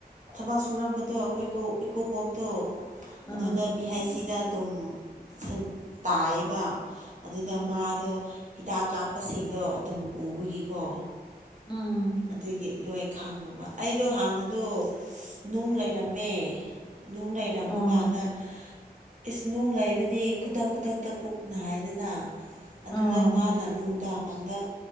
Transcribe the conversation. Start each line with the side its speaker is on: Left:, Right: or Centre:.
Right: ꯊꯕꯛ ꯁꯨꯔꯝꯕꯗꯣ ꯑꯩꯈꯣꯏ ꯀꯣ ꯏꯀꯨꯕꯣꯛꯇꯣ ꯑꯗꯨꯗ
Left: ꯑꯥ
Right: ꯄꯤ ꯍꯥꯏꯁ ꯁꯤꯗ ꯑꯗꯨꯝ ꯁꯤꯟ ꯇꯥꯏꯌꯦꯕ ꯑꯗꯨꯗ
Left: ꯑꯥ
Right: ꯃꯥꯗꯣ ꯍꯤꯗꯥꯛ ꯀꯥꯞꯄꯁꯤꯡꯗꯣ ꯑꯗꯨꯝ ꯎꯕꯒꯤꯀꯣ
Left: ꯎꯝ
Right: ꯑꯗꯨꯒꯤ ꯂꯣꯏ ꯈꯪꯉꯕ ꯑꯩꯗꯣ ꯍꯥꯟꯅꯗꯣ ꯅꯨꯡ ꯂꯩꯔꯝꯃꯦ ꯅꯨꯡ ꯂꯩꯔꯝꯕ
Left: ꯑꯣ
Right: ꯀꯥꯟꯗ ꯏꯁ ꯅꯨꯡ ꯂꯩꯕꯗꯤ ꯈꯨꯗꯛ ꯈꯨꯗꯛꯇ ꯄꯨꯛ ꯅꯥꯏꯗꯅꯥ ꯑꯗꯨꯗ
Left: ꯑꯣ
Right: ꯃꯥꯅ ꯅꯨꯡꯗꯥꯡ ꯗꯥꯡꯗ